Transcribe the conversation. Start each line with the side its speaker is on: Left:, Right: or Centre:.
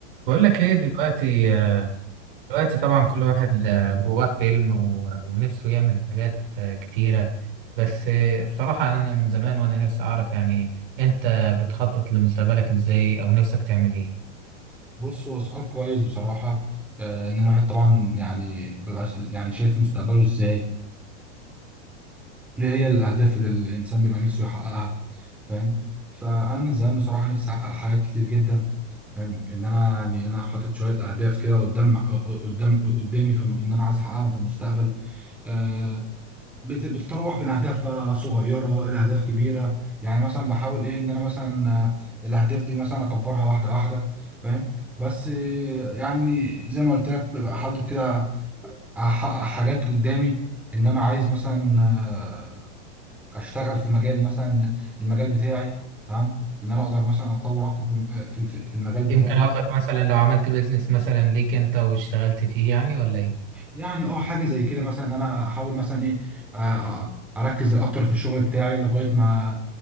Right: بقول لك ايه دلوقتي دلوقتي طبعا كل واحد آه، جواه حلم و- ونفسه يعمل حاجات آه، كتيرة بس آه، الصراحة انا من زمان وانا نفسي اعرف يعني انت بتخطط لمستقبلك ازاي او نفسك تعمل ايه
Centre: بص هو سؤال كويس بصراحة آه، إن الواحد طبعا يعني بيبقى ش- يعني شايف مستقبله إزاي إيه هي الأهداف اللي الإنسان بيبقى نفسه يحققها فاهم فأنا من زمان بصراحة نفسي أحقق حاجات كتير جدا فاهم إن أنا يعني أنا حاطط شوية أهداف كده قدام آه، قدام قدامي في الم- إن أنا عايز أحققهم في المستقبل آه، بت- بتتراوح بين اهداف بقى صغيره الى اهداف كبيره يعني مثلا بحاول ايه ان انا مثلا آه، الاهداف دي مثلا اكبرها واحده واحده فاهم بس آه، يعني زي ما قلت لك ببقى حاطط كده احقق حاجات قدامي ان انا عايز مثلا آه، اشتغل في مجال مثلا المجال بتاعي تمام ان انا اقدر مثلا اتطور اكتر في في في المجال بتاعي
Right: يمكن قصدك مثلا لو عملت بيزنس مثلا ليك انت واشتغلت فيه يعني ولا ايه
Centre: يعني اه حاجه زي كده مثلا ان انا احاول مثلا ايه آه، آه، اركز اكتر في الشغل بتاعي لغايه ما